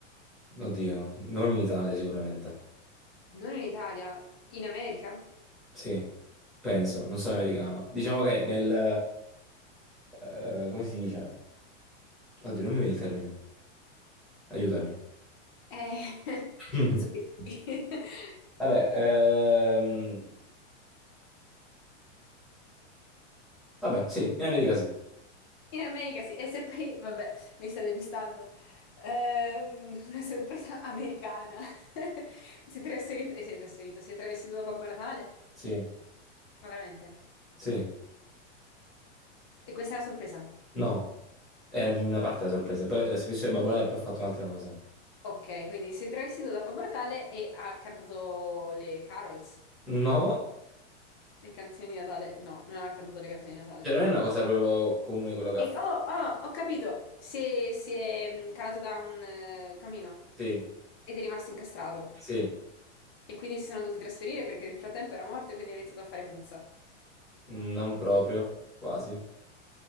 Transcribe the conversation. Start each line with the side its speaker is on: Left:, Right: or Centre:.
Centre: Oddio, non in Italia sicuramente.
Left: Non in Italia, in America?
Centre: Sì, penso, non sono americano. Diciamo che nel... eh, come si dice? Oddio, non mi viene il termine. Aiutami.
Left: Eh,
Centre: <laughs>
Left: <laughs> non so che... <laughs>
Centre: Vabbè, ehm, vabbè, sì, in America sì.
Left: In America sì, e se poi, vabbè, mi sta depistando. Ehm, una sorpresa americana. <laughs> Si è trasferito, eh, si è trasferito, si è travestito da Babbo Natale?
Centre: Sì,
Left: Ma veramente?
Centre: sì.
Left: E questa è la sorpresa?
Centre: No. È una parte della sorpresa. Poi, eh, se fosse Babbo Natale, poi ha fatto un'altra cosa.
Left: Ok, quindi si è travestito da Babbo Natale e ha cantato le carols,
Centre: No,
Left: le canzoni di Natale. No, non ha cantato le canzoni di Natale.
Centre: cioè non è una cosa proprio comune quello che ha
Left: E,
Centre: fatto.
Left: oh, oh, ho capito! Si è, si è, mm, calato da un eh, camino
Centre: Sì,
Left: ed è rimasto incastrato.
Centre: sì,
Left: E quindi si sono dovuti trasferire perché nel frattempo era morto e quindi ha iniziato a fare puzza.
Centre: non proprio, quasi.